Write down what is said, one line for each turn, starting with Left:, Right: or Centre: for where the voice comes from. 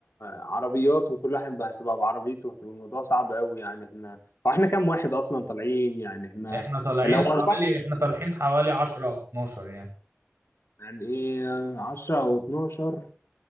Left: عربيات وكل واحد بقى هتبقى بعربيته هتبقى الموضوع صعب قوي يعني احنا واحنا كام واحد اصلا طالعين يعني احنا
Right: احنا طالعين
Left: لو اربعه
Right: حوالي احنا طالعين حوالي 10 او 12 يعني
Left: يعني ايه 10 او 12